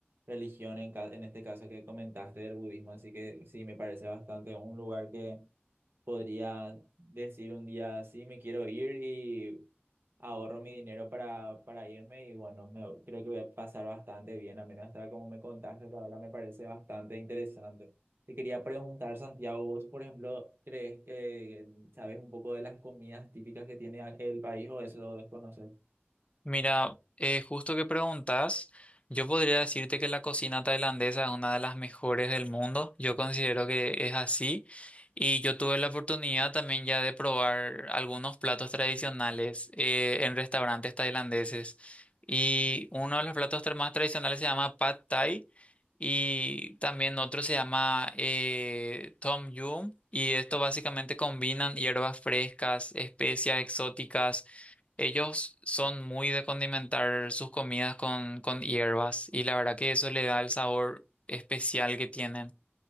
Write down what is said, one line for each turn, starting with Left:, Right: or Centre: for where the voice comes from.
Right: religión, en, ca- en este caso que comentaste del budismo. Así que sí, me parece bastante un lugar que podría decir un día, sí, me quiero ir y ahorro mi dinero para, para irme y bueno, me- creo que voy a pasar bastante bien, a menos hasta como me contaste, que ahora me parece bastante interesante. Te quería preguntar, Santiago, vos, por ejemplo, ¿crees que sabes un poco de las comidas típicas que tiene a- el país o eso lo desconoces?
Left: Mira, eh, justo que preguntas, yo podría decirte que la cocina tailandesa es una de las mejores del mundo. Yo considero que es así. Y yo tuve la oportunidad también ya de probar algunos platos tradicionales eh, en restaurantes tailandeses. Y uno de los platos tra- más tradicionales se llama Pad Thai y también otro se llama eh, Tom Yum. Y esto básicamente combinan hierbas frescas, especias exóticas ellos son muy de condimentar sus comidas con, con hierbas y la verdad que eso le da el sabor especial que tienen.